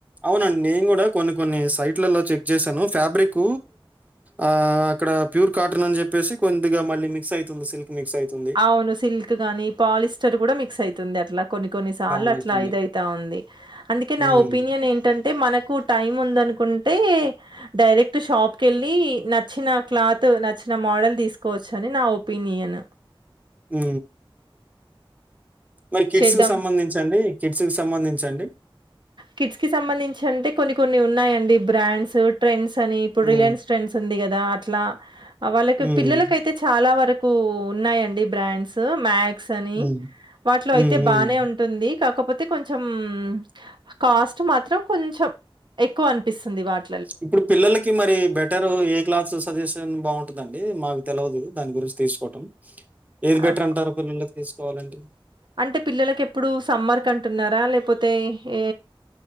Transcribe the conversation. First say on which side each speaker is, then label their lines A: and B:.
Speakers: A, on the right; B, on the right.
A: అవునండి నేను కూడా కొన్ని కొన్ని సైట్లలో చెక్ చేసాను ఫ్యాబ్రిక్ ఆ అక్కడ ప్యూర్ కాటన్ అని చెప్పేసి కొద్దిగా మళ్ళీ మిక్స్ అయితుంది సిల్క్. మిక్స్ అయితుంది.
B: అవును సిల్క్ గాని పాలిస్టర్ కూడా మిక్స్ అయితుంది అట్లా కొన్ని కొన్ని సార్లు
A: అవునయితుంది.
B: అట్లా ఇది అయితా ఉంది అందుకే
A: హ్మ్.
B: నా ఒపీనియన్ ఏం టంటే మనకు టైమ్ ఉందనుకుంటే డైరెక్ట్ షాప్ వెళ్ళి నచ్చిన క్లాత్ నచ్చిన మోడల్ తీసుకోవచ్చు అని నా ఒపీనియన్.
A: హ్ మరి కిడ్స్
B: చేద్దాం.
A: కి సంబంధించండి. కిడ్స్ కి సంబంధించండి.
B: కిడ్స్ కి సంబంధించి అంటే కొన్ని కొన్ని ఉన్నాయండి బ్రాండ్స్ ట్రెండ్స్ అనీ ఇప్పుడు
A: హ్మ్.
B: రిలయన్స్ ట్రెండ్స్ ఉంది కదా అట్లా వాళ్ళకి
A: హ్మ్.
B: పిల్లలకయితే చాలా వరకు కూ ఉన్నాయండి బ్రాండ్స్ మ్యాక్ క్స్ అని
A: హ్మ్.
B: వాటిలో
A: హ్మ్.
B: అయితే
A: హ్మ్.
B: బానే ఉంటుంది కాకపోతే కొంచం మ్ కాస్ట్ మాత్రం కొంచం ఎక్కువ అనిపిస్తుంది వాట్
A: ఇప్పుడు పిల్లలకి మరి బెటర్ ఏ క్లాస్ సజెషన్ బాగుం ఉంటందండి మాకు తెల్వదు దాని గురించి తీసుకోవటం ఏది
B: ఆహ్,
A: బెటర్ అంటారు. కోవాలంటే
B: అంటే పిల్లలకి ఎప్పుడూ సమ్మర్కంటున్నారా లేకపోతే ఏ